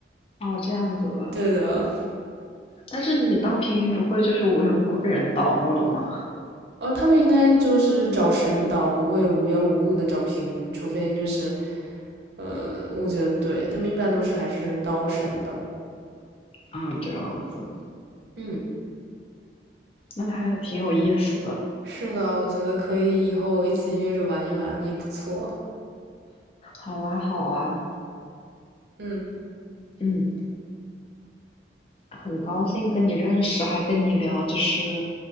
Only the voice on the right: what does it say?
对的，
哦，他们应该就是找神刀，不会无缘无故的找平民，除非就是呃，我觉得对他们一般都是还是刀神导。
嗯，
是的，我觉得可以以后一起约着玩一玩也不错。
嗯，